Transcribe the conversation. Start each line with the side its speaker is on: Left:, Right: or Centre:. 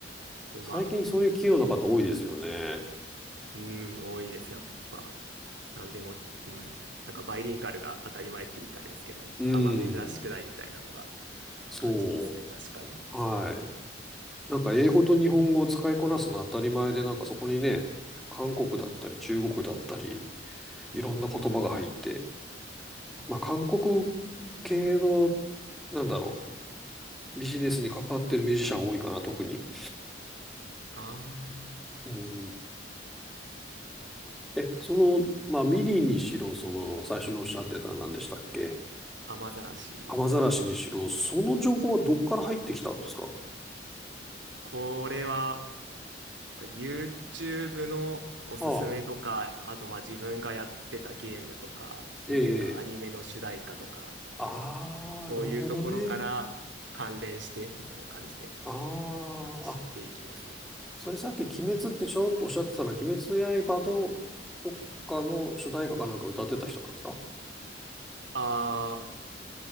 Right: で、まあ、
Centre: 最近そういう器用な方多いですよね。
Right: うん、多いです、やっぱ。なんでも、うん、なんかバイリンガルが当たり前って言ったらですけど、
Centre: うん。
Right: あんま珍しくないみたいなのが
Centre: そう。
Right: 感じますね、確かに。
Centre: はい。なんか英語と日本語を使いこなすのは当たり前で、なんかそこにね、韓国だったり中国だったり、
Right: うん、うん。
Centre: いろんな言葉が入って、
Right: うん
Centre: まあ韓国系の、なんだろう、ビジネスに関わってるミュージシャン多いかな、特に。
Right: あ
Centre: うん。え、
Right: ー、
Centre: その、
Right: 確か
Centre: まあミリにしろ、その、最初におっしゃってた何でしたっけ
Right: 雨ざらし。
Centre: 雨ざらしにしろ、その情報はどっから入ってきたんですか
Right: これは、まあ YouTube のおすすめとか、
Centre: ああ。
Right: あとまあ自分がやってたゲームとか、
Centre: ええ。
Right: 見てたアニメの主題歌とか、
Centre: ああ、
Right: そういうところから関連してみたいな感じで、
Centre: なるほどね。ああ、
Right: やっぱ知っていきますね。
Centre: あ、それさっき鬼滅ってちょろっとおっしゃってたのは、鬼滅の刃のどっかの主題歌かなんか歌ってた人なんですか
Right: ああ、